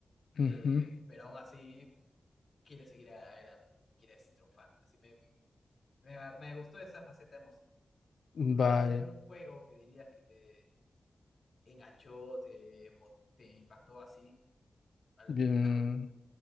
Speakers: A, on the left; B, on the left.
A: Ujú.
B: eh, pero aún así quieres seguir adelante, quieres triunfar. Así me, me, me gustó esa faceta de emoción. Por tu
A: Vaya.
B: lado, ¿hay algún juego que dirías que te enganchó, te, mo- te impactó así al
A: Bien.
B: experimentarlo?